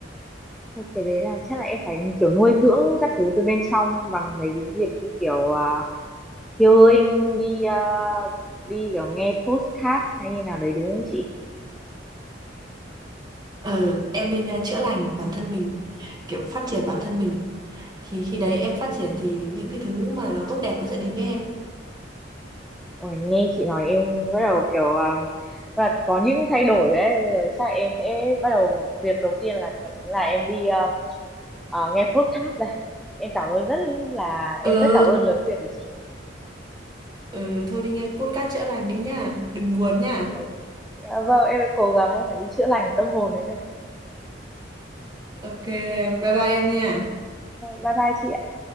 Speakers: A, in the centre; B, on the right.
A: Thôi cái đấy là chắc là em phải kiểu nuôi dưỡng các thứ từ bên trong bằng mấy cái việc như kiểu à, healing đi à, đi kiểu nghe podcast hay như nào đấy đúng không chị?
B: Ừ, em nên ờ, chữa lành bản thân mình Kiểu phát triển bản thân mình thì khi đấy em phát triển thì những cái thứ mà nó tốt đẹp nó sẽ đến với em
A: Ôi, nghe chị nói em bắt đầu kiểu à, và có những thay đổi đấy bây giờ chắc là em sẽ bắt đầu việc đầu tiên là đó chính là em đi à, à, nghe podcast đây. Em cảm ơn rất là
B: Ừ,
A: em rất cảm ơn lời khuyên của chị.
B: ừ thôi đi nghe podcast chữa lành đi nhá đừng buồn nhá
A: Phải- à, vâng em sẽ cố gắng em phải đi chữa lành cái tâm hồn đấy đây.
B: ok em, bye bye em nha
A: Bye bye chị.